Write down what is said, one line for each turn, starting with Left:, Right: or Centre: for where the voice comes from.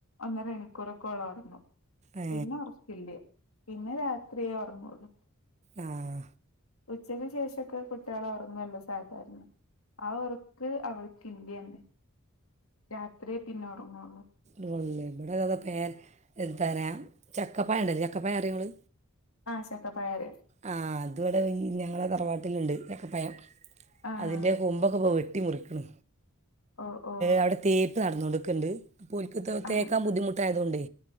Left: ഒന്നര മണിക്കൂറൊക്കെ ഓളൊറങ്ങു
Right: ഏ
Left: പിന്നെ ഒറക്കില്ല പിന്നെ രാത്രിയേ ഒറങൊള്ളൂ
Right: ആഹ
Left: ഉച്ചക്ക് ശേഷൊക്കെ കുട്ടികളെ ഉറങ്ങല്ലോ സാധാരണ ആഹ ഉറക്ക് അവൾ <unintelligible> ന്നെ രാത്രിയെ പിന്നെ ഒറങ്ങള്ളൂ
Right: ഇബടെതാതാ പേര എത്താറയാ ചക്കപയണ്ടല്ലോ ചക്കപയറിയോങ്ങള്
Left: ആഹ ചക്കപ്പഴറിയും
Right: ആഹ അത് ഇവിടെ ഈ ഞങ്ങളെ തറവാട്ടിലുണ്ട് ചക്കപ്പയം
Left: ആഹ്
Right: അതിൻന്റെറെ കുമ്പൊക്കെ പ്പോ വെട്ടി മുറിക്കണ്
Left: ഓ ഓ
Right: അവിടെ തേപ്പ് നടന്നോണ്ട്ക്കണ്ട് അപ്പോൽക്ക്
Left: ആഹ്
Right: തേക്കാൻ ബുദ്ധിമുട്ടായതോണ്ടേ